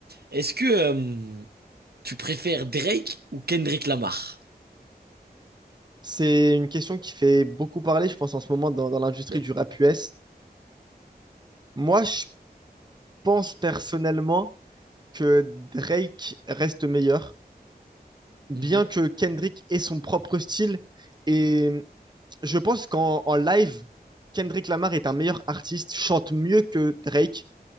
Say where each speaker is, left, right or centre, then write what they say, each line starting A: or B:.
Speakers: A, on the right; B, on the right.
A: Est-ce que euh, tu préfères Drake ou Kendrick Lamar?
B: C'est une question qui fait beaucoup parler, je pense, en ce moment dans, dans l'industrie
A: Ouais.
B: du rap US. Moi, je pense personnellement que Drake reste meilleur, bien
A: Mhm,
B: que Kendrick ait son propre style. Et je pense qu'en en live, Kendrick Lamar est un meilleur artiste, chante mieux que Drake.